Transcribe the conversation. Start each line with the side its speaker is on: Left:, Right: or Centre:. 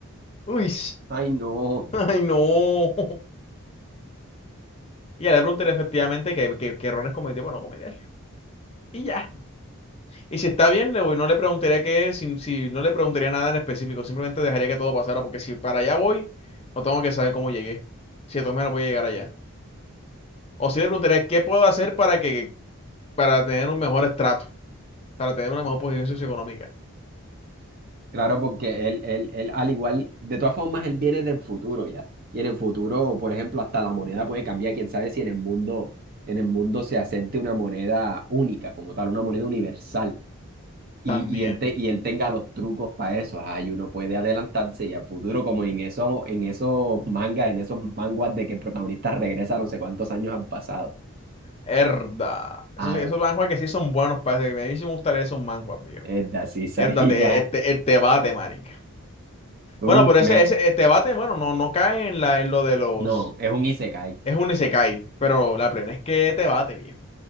Left: Uy.
Right: Ay, no.
Left: <laughs> Ay, no. Y ya le preguntaré efectivamente qué, qué- qué errores cometió para no cometerlos. Y ya. Y si está bien, le voy, no le preguntaría qué, es, si, si no le preguntaría nada en específico, simplemente dejaría que todo pasara, porque si para allá voy, no tengo que saber cómo llegué. Si de todas maneras voy a llegar allá. O si le preguntaría qué puedo hacer para que, para tener un mejor estrato, para tener una mejor posición socioeconómica.
Right: Claro, porque él, él, él, al igual, de todas formas, él viene del futuro ya. Y en el futuro, por ejemplo, hasta la moneda puede cambiar. Quién sabe si en el mundo, en el mundo se acepte una moneda única como tal, una moneda universal. Y,
Left: También.
Right: y él, te- y él tenga los trucos para eso, ajá, y uno puede adelantarse y a futuro, como en esos, en esos mangas, en esos manguas de que el protagonista regresa no sé cuántos años al pasado.
Left: Herda. Esos,
Right: Aro,
Left: esos manhwa que sí son buenos, parece que a mí sí me gustaría esos manhwas, viejo.
Right: es de así, <laughs>
Left: Herda,
Right: ahí
Left: te-
Right: ya,
Left: este, el bate, marica.
Right: uf,
Left: Bueno, pero ese,
Right: me,
Left: ese el bate, bueno, no, no cae en la, en lo de los.
Right: no, es un isekai,
Left: Es un Isekai, pero la plena es que te bate, viejo.